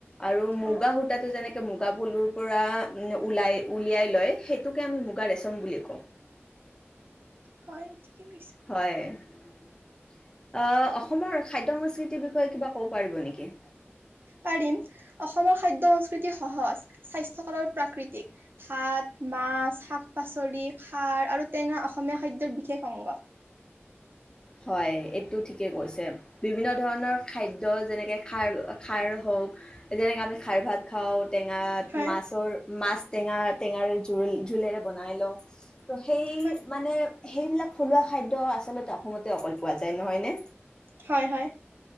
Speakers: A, on the left; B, on the right.
A: আৰু মুগা
B: অ',
A: সূতাটো যেনেকে মুগা পলু ওলাই উলিয়াই লয় সেইটোকে আমি মুগা ৰেচম বুলি কওঁ
B: হয় ঠিকে কৈছে।
A: হয় আহ অসমৰ খাদ্য সংস্কৃতিৰ বিষয়ে কিবা ক'ব পাৰিব নেকি?
B: পাৰিম অসমৰ খাদ্য সংস্কৃতি সহজ স্বাস্থ্যকৰ আৰু প্ৰাকৃতিক ভাত মাছ শাক পাচলি খাৰ আৰু টেঙা অসমীয়া খাদ্যৰ বিশেষ অংগ
A: হয় এইটো ঠিকেই কৈছে বিভিন্ন ধৰণৰ খাদ্য যেনেকে খাৰ খাৰ হওক যেনেকে আমি খাৰ ভাত খাওঁ টেঙা
B: হয়,
A: মাছৰ মাছ টেঙা টেঙাৰ জোল জোলেৰে বনাই লওঁ তো সেই
B: হয়,
A: মানে সেইবিলাক থলুৱা খাদ্য আচলতে অসমতে অকল পোৱা যায় নহয়নে?
B: হয় হয়